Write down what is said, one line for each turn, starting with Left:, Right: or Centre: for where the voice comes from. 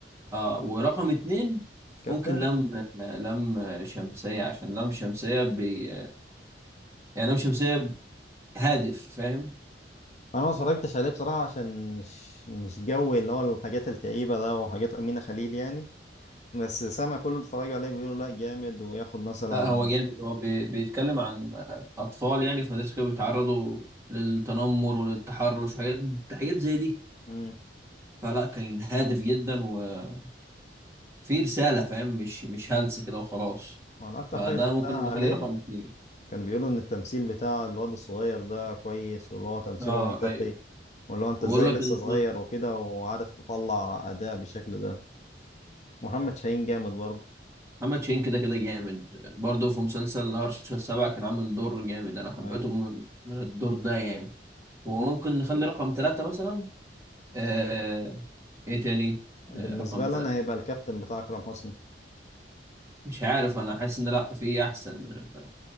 Right: اه ورقم اتنين
Left: كابتن
Right: ممكن لم لم شمسية عشان لم شمسية بي يعني لم شمسية هادف فاهم
Left: انا ما اتفرجتش عليه بصراحة عشان مش مش جوي اللي هو الحاجات الكئيبة ده وحاجات أمينة خليل يعني بس سامع كل اللي اتفرجوا عليه بيقولوا لا جامد وياخد مثلا
Right: لا هو جامد هو بي... بيتكلم عن أطفال يعني في مدرسة كده بيتعرضوا للتنمر وللتحرش وحاجات حاجات زي دي
Left: امم
Right: فلا كان هادف جدا وفي رسالة فاهم مش مش هلس كده وخلاص
Left: وانا اكتر
Right: فده
Left: حاجة شفتها
Right: ممكن
Left: عليه
Right: نخليه رقم اتنين
Left: كانوا بيقولوا ان التمثيل بتاع الواد الصغير ده كويس واللي هو تمثيله
Right: اه
Left: منطقي
Right: ايوه
Left: واللي هو انت
Right: بقول
Left: ازاي
Right: لك
Left: لسه
Right: ان
Left: صغير وكده وعارف تطلع اداء بالشكل ده محمد شاهين جامد برضه
Right: محمد شاهين كده كده جامد برضه في مسلسل هرش السبعة كان عامل دور جامد أنا حبيته
Left: أي.
Right: من, من الدور ده يعني وممكن نخلي رقم ثلاثة مثلا آه... إيه تاني
Left: بالنسبه
Right: آه رقم
Left: لي
Right: ثلاثة
Left: انا هيبقى الكابتن بتاع اكرم حسني
Right: مش عارف أنا حاسس إن لأ في أحسن من ال...